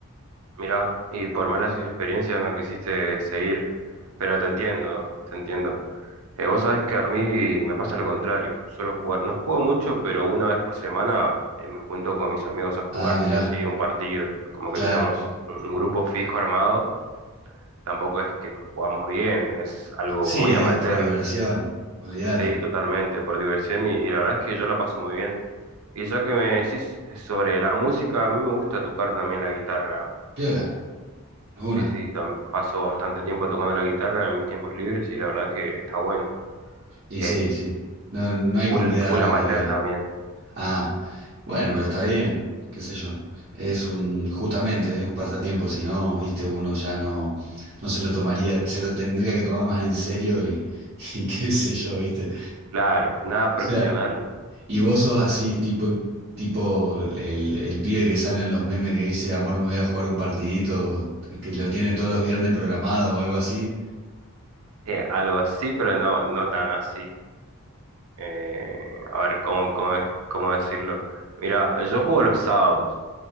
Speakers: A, on the right; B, on the right.
A: mirá, y por malas experiencias no quisiste seguir, pero te entiendo, te entiendo. Eh, vos sabés que a mí me pasa lo contrario, suelo jugar, no juego mucho, pero una vez por semana eh, me junto con mis amigos a jugar
B: Ah, mirá,
A: sí o sí un partido, como
B: claro.
A: que tenemos un un grupo fijo armado, tampoco es que jugamos bien, es algo
B: Sí,
A: muy
B: es
A: amateur,
B: por diversión, olvídate.
A: sí, totalmente, por diversión y, y la verdad es que yo la paso muy bien. Y ya que me decís sobre la música, a mí me gusta tocar también la guitarra.
B: Piola, una.
A: Sí, sí, tam- paso bastante tiempo tocando la guitarra en mis tiempos libres y la verdad que está bueno.
B: Y
A: Eh,
B: sí, sí. No, no hay
A: full,
B: con qué darle
A: full amateur
B: a la viola.
A: también,
B: Ah, bueno, pero está bien, qué sé yo. Es un, justamente, es un pasatiempo, si no, viste, uno ya no, no se lo tomaría, se lo tendría que tomar más en serio y, <laughs> y qué sé yo, viste.
A: claro, nada profesional.
B: O sea, Y vos sos así, tipo, tipo el, el pibe que sale en los memes que dice, amor, me voy a jugar un partidito, que lo tiene todos los viernes programado o algo así.
A: Eh, algo así, pero no, no tan así. Eh, a ver, ¿cómo, cómo, es- cómo decirlo? Mira, yo juego los sábados,